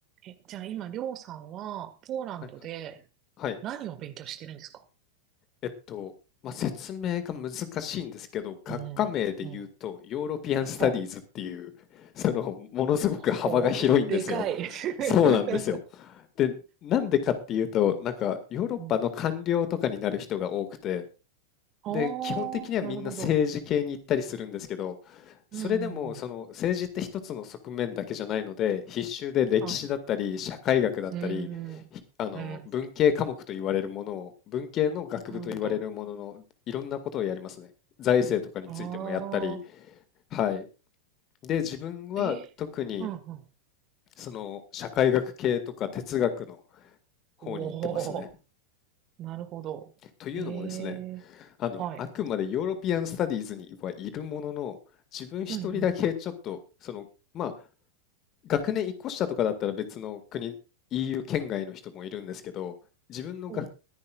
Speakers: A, on the right; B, on the left.
A: え、じゃあ今、りょうさんは、ポーランドで
B: はいはい。はい。
A: 何を勉強してるんですか
B: えっと、まあ、説明が難しいんですけど、
A: う
B: 学科名で言うと、
A: ん、うん、
B: ヨーロピアン・スタディーズっていう、
A: は
B: その、ものすごく幅が広いんですよ。
A: あ、ほう、でかい。<laughs>
B: そうなんですよ。で、なんでかっていうと、なんか、ヨーロッパの官僚とかになる人が多くて、
A: うん。ああ、
B: で、基本的にはみんな政治系に行ったりするんですけど、
A: なるほど。
B: それでもその政治って一つの側面だけじゃないので、
A: うん、うん、うん。
B: 必修で歴史だったり、
A: はい。
B: 社会学だったり、
A: うん、
B: ひあの文系科目と言われるものを、
A: うん、
B: 文系の学部と言われるものの、
A: なるほど。
B: いろんなことをやりますね。財政とかについてもやったり、
A: ああ、
B: はい。で、自分は特に
A: えー、うん、うん。
B: その社会学系とか哲学の方に行ってますね。
A: おー、なるほど。
B: というのもですね、
A: ええはい。
B: あの、あくまでヨーロピアンスタディーズにはいるものの、自分一人だけちょっと、
A: うん、
B: その、まあ、学年一個下とかだったら別の国、EU 圏外の人もいるんですけど、自分のが、
A: うん。はい。